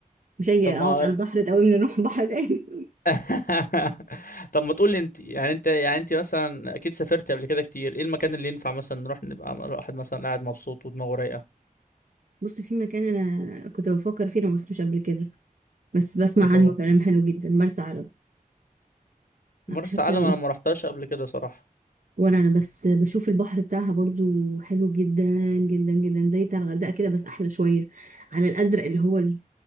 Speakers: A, on the right; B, on the left.
A: مش هاجي
B: طب ما
A: اقعد على البحر تقومني نروح بحر تاني
B: <laughs> طب ما تقول لي انت يعني انت يعني انت مثلا اكيد سافرت قبل كده كتير ايه المكان اللي ينفع مثلا نروح نبقى الواحد مثلا قاعد مبسوط ودماغه رايقه
A: <laughs> بص في مكان انا كنت بفكر فيه انا ما رحتوش قبل كده بس بسمع
B: ايه هو
A: عنه كلام حلو جدا مرسى علم
B: مرسى
A: حاسه
B: علم انا ما رحتهاش قبل كده صراحة
A: ولا انا بس بشوف البحر بتاعها برضو حلو جدا جدا جدا زي بتاع الغردقه كده بس احلى شويه على الازرق اللي هو ال-